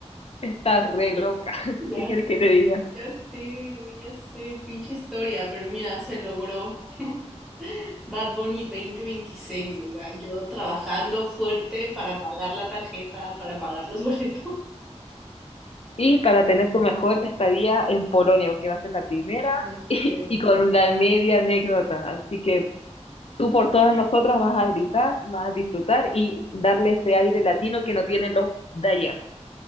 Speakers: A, on the left; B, in the centre.
A: está re loca. <laughs>
B: Ya
A: ¿Qué quieres que
B: sé,
A: te diga?
B: ya sé, güey, ya sé, pinche historia, pero mira, se logró. <laughs> Bad Bunny dos mil veintiséis o sea, yo trabajando fuerte para pagar la tarjeta, para pagar los <laughs> boletos.
A: Y para tener tu mejor estadía en Polonia, porque va a ser la primera
B: Ya
A: <laughs>
B: sé.
A: y, y con la media anécdota. Así que Tú por todas nosotras vas a gritar, vas a disfrutar y darle ese aire latino que no tienen los de allá.